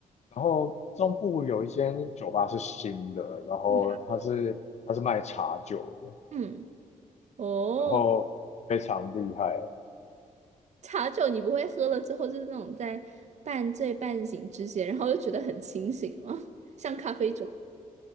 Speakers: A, on the left; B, on the right.
A: 然后中部有一间酒吧是新的，然后它是它是卖茶酒的，
B: 嗯嗯，哦，
A: 然后非常厉害。
B: 茶酒你不会喝了之后就是那种在半醉半醒之间，然后又觉得很清醒吗？<laughs> 像咖啡酒